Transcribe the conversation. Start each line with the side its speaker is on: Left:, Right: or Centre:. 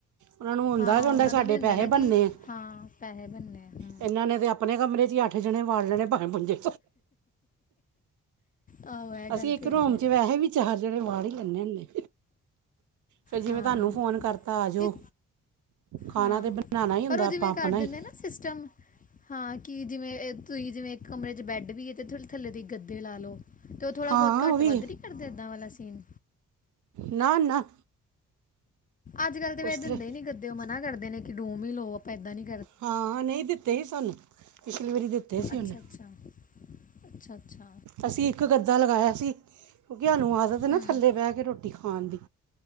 Right: ਉਹਨਾ ਨੂੰ ਹੁੰਦਾ
Left: ਹਾਂ
Right: ਹੁਣ
Left: ਉਹਨਾਂ
Right: ਤੇ ਸਾਡੇ
Left: ਦਾ ਵੀ ਹੁੰਦਾ
Right: ਪੈਸੇ
Left: ਨਾ
Right: ਬੰਨੇ
Left: ਕਿ
Right: ਆ।
Left: ਹਾਂ ਪੈਸੇ ਬਣਨੇ ਅ
Right: ਇਹਨਾਂ ਨੇ ਤੇ ਆਪਣੇ ਕਮਰੇ ਚ ਅੱਠ ਜਣੇ ਵਾਰ ਲੇਣੇ ਭਾਵੇਂ ਭੁੰਜੇ।
Left: ਆਹੋ ਇਹ ਗੱਲ
Right: ਅਸੀਂ ਇੱਕ
Left: ਤੇ
Right: ਰੋਮ
Left: ਹੈਗੀ ਹੈ
Right: ਚ ਵੈਸੇ ਵੀ ਚਾਰ ਜਣੇ ਵਾਰ ਪ੍ਹੀ ਲੇ ਹੁੰਦੇ। ਫਿਰ ਜਿਵੇਂ
Left: ਹਾਂ
Right: ਤੁਹਾਨੂੰ ਫ਼ੋਨ ਕਰਤਾ ਆ ਜਾਓ,
Left: ਇਹ
Right: ਖਾਣਾ
Left: ਹਾਂ
Right: ਤਾਂ ਬਨਾਣਾ ਹੀ ਹੁੰਦਾ
Left: ਪਰ ਉਹ
Right: ਆਪਾਂ
Left: ਜਿਵੇਂ
Right: ਆਪਣਾ
Left: ਕਰ
Right: ਹੀ।
Left: ਦਿੰਦੇ ਨਾ ਸਿਸਟਮ ਹਾਂ ਕਿ ਜਿਵੇਂ ਤੁਹੀਂ ਜਿਵੇਂ ਇੱਕ ਕਮਰੇ ਚ ਬੈਡ ਵੀ ਹੈ ਤੇ ਥੋੜੀ ਥੱਲੇ ਦੇ ਗੱਦੇ ਲਾ ਲਓ। ਤੇ ਉਹ ਥੋੜ੍ਹਾ
Right: ਹਾਂ
Left: ਬਹੁਤ ਘੱਟ
Right: ਉਹ ਵੀ
Left: ਵੱਧ ਨੀ ਕਰਦੇ ਏਦਾਂ ਵਾਲਾ ਸੀਨ।
Right: ਨਾ ਨਾ
Left: ਅੱਜ-ਕੱਲ ਤੇ
Right: ਉਸ
Left: ਵੇਸੇ
Right: ਤਰ੍ਹਾਂ
Left: ਦਿੰਦੇ ਹੀ ਨੀ ਗੱਦੇ ਉਹ ਮਨਾ ਕਰਦੇ ਨੇ ਕਿ ਰੂਮ ਹੀ ਲੋਓ ਆਪ ਇਦਾਂ ਨੀ
Right: ਹਾਂ ਨਹੀਂ ਦਿੱਤੇ ਸੀ ਸਾਨੂੰ, ਪਿਛਲੀ ਵਾਰੀ ਦਿੱਤੇ ਸੀ
Left: ਅੱਛਾ
Right: ਉਹਨੇ।
Left: ਅੱਛਾ ਅੱਛਾ ਅੱਛਾ
Right: ਅਸੀਂ ਇੱਕ ਗੱਦਾ ਲਗਾਇਆ ਸੀ ਕਿਉਂਕਿ ਸਾਨੂੰ ਆਦਤ ਨਾ
Left: ਹੂੰ
Right: ਥੱਲੇ ਬਹਿ ਕੇ ਰੋਟੀ ਖਾ ਖਾਣ ਦੀ।